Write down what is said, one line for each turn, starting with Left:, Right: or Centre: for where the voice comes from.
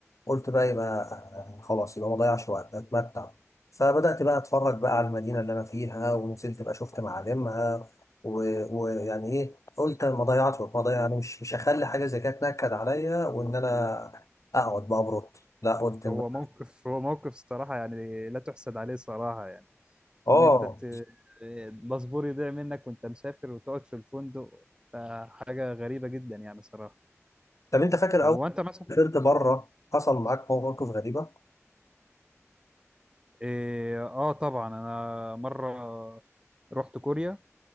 Left: قلت بقى يبقى آه، خلاص يبقى ما اضيعش وقت اتمتع فبدات بقى اتفرج بقى على المدينه اللي انا فيها ونزلت بقى شفت معالمها و- ويعني ايه قلت أنا ما اضيعش وقت ما اضيع يعني مش مش هخلي حاجه زي كده تنكد عليا وان انا اقعد بقى ابرد لا قلت ان
Right: هو موقف هو موقف صراحة يعني لا تحسد عليه صراحة يعني
Left: اه
Right: ان انت ت... آه، الباسبور يضيع منك وانت مسافر وتقعد في الفندق ده حاجة غريبة جدا يعني صراحة
Left: طب انت فاكر
Right: طب
Left: اول
Right: هو انت مثلا
Left: ما سافرت بره حصل معاك مواقف غريبه
Right: اه آه، طبعا انا مرة رحت كوريا